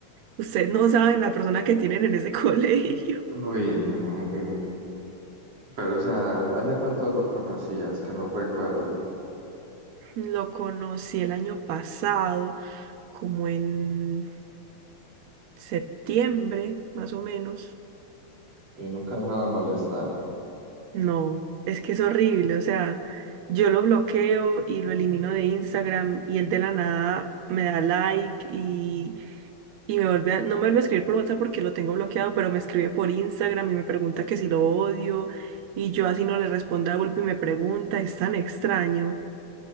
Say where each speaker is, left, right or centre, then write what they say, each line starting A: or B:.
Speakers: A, on the right; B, on the right.
A: ustedes no saben la persona que tienen en ese <laughs> colegio.
B: Uy, no, pero, pero, o sea, ¿hace cuánto lo conocías? Que no recuerdo.
A: Lo conocí el año pasado, como en septiembre, más o menos.
B: Y nunca dejaba de molestar.
A: No, es que es horrible, o sea, yo lo bloqueo y lo elimino de Instagram y él de la nada me da like y, y me vuelve a- no me vuelve a escribir por WhatsApp porque lo tengo bloqueado, pero me escribe por Instagram y me pregunta que si lo odio y yo así no le respondo a golpe y me pregunta, es tan extraño.